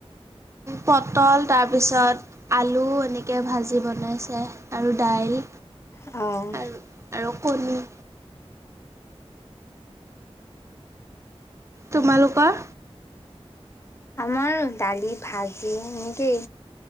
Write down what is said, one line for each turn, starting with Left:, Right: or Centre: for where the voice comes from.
Right: পটল তাৰপিছত। আলু এনেকে ভাজি বনাইছে আৰু দাইল।
Left: অ।
Right: আৰু আৰু কণী। তোমালোকৰ।
Left: আমাৰ দালি ভাজি এনেকেই